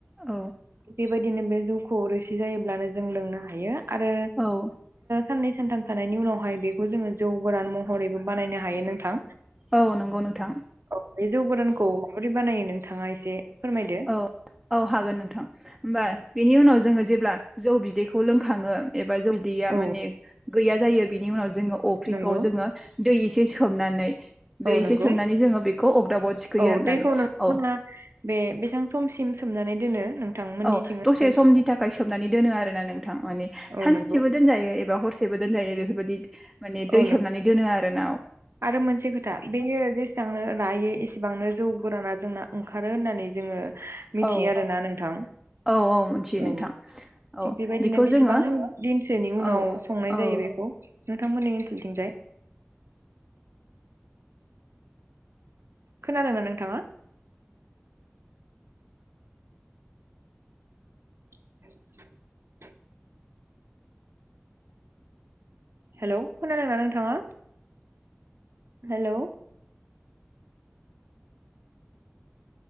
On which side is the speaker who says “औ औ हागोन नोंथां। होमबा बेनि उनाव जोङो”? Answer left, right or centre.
Centre